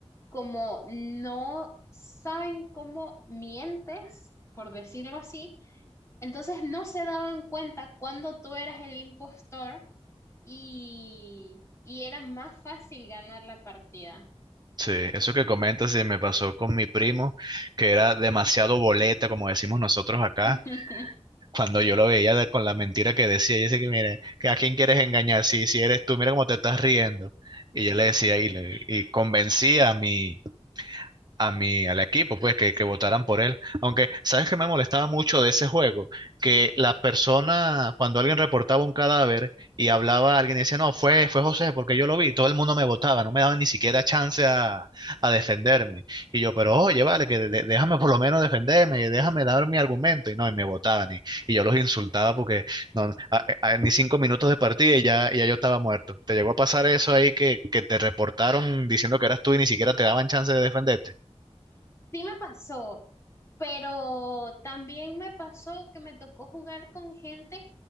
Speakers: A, on the left; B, on the right.
A: como no saben cómo mientes, por decirlo así, entonces no se daban cuenta cuando tú eras el impostor y, y era más fácil ganar la partida.
B: sí, eso que comentas sí, me pasó con mi primo, que era demasiado boleta, como decimos nosotros acá.
A: <laughs>
B: Cuando yo lo veía de- con la mentira que decía, y dice que, mire, que a quién quieres engañar, si, si eres tú, mira cómo te estás riendo. Y yo le decía, y, le- y convencía a mi, a mi, al equipo, pues que, que votaran por él. Aunque, ¿sabes qué me molestaba mucho de ese juego? Que la persona, cuando alguien reportaba un cadáver y hablaba a alguien y decía, no, fue, fue José, porque yo lo vi, todo el mundo me votaba, no me daban ni siquiera chance a, a defenderme. Y yo, pero oye, vale, que de- déjame por lo menos defenderme, déjame dar mi argumento. Y no, y me votaban. Y, y yo los insultaba porque no, a- a- ni cinco minutos de partida y ya, ya yo estaba muerto. ¿Te llegó a pasar eso ahí que, que te reportaron diciendo que eras tú y ni siquiera te daban chance de defenderte?
A: Sí me pasó, pero también me pasó que me tocó jugar con gente